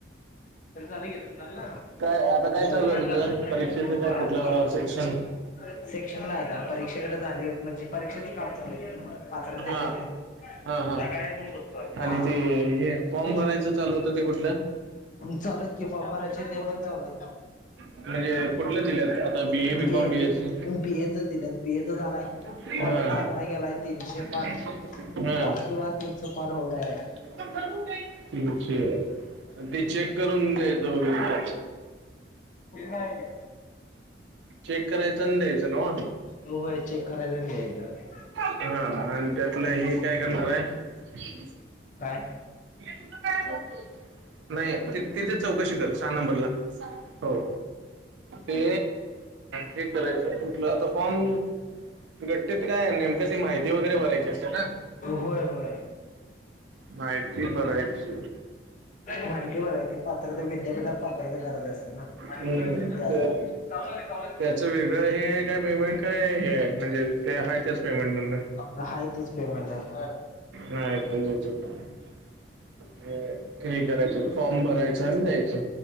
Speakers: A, on the left; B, on the right.
A: त्याचे झाले की. <unintelligible>
B: काय आता काय चालू आहे तुझं परीक्षेचं काय कुठलं सेक्शन
A: सेक्शन नाही आता, परीक्षेकडे झाले. म्हणजे परीक्षेच काम चालू आहे. पात्रतेची
B: हा
A: न तेन.
B: हा हा
A: जागा आहे म्हणून बसलो आता.
B: आणि
A: हा.
B: ते हे फॉर्म
A: <unintelligible>
B: भरायचं चालू होतं ते कुठलं
A: चालू आहेत की, फॉर्म भरायचे ते पण चालू आहेत.
B: म्हणजे कुठलं दिल्यात आता
A: B.
B: Com
A: A.,
B: S C
A: B. A. च दिल्यात, बी. ए. च झालाय.
B: हां
A: कॉलेजचा आकडा गेलाय तीनशे पार,
B: हां
A: आपकी बार तीनशो पार हो गया है.
B: चप्पल कुठ आहे? तीनशे, अन ते चेक करून द्यायचं वगैरे
A: इथं आहे काय?
B: चेक करायच आणि द्यायचं नव्हं?
A: हो होय, चेक करायचं आणि द्यायचं.
B: हा आणि त्यातलं हे काय करणार आहे? <unintelligible> ए
A: काय?
B: तुझं काय ग? नाही ते- तिथेच चौकशी कर सहा नंबरला. सहा? हो ते हे करायचं कुठलं, आता फॉर्म घटलेत काय नेमकं ती माहिती वगैरे, भरायची असते ना?
A: होय होय.
B: माहिती भरायची.
A: माहिती भरायची. ते पात्रते विद्यापीठात पात्रता गरज असते ना,
B: हम्म
A: त्यासाठी.
B: तर
A: चालू झालंय, चालू
B: त्याचं वेगळं हे आहे काय पेमेंट? काय हे हाय? म्हणजे का हाय त्याचं पेमेंट मधन?
A: हाय तीच पेमेंट आहे.
B: नाय <unintelligible> हे, हे करायचं, फॉर्म भरायचा आणि द्यायचं.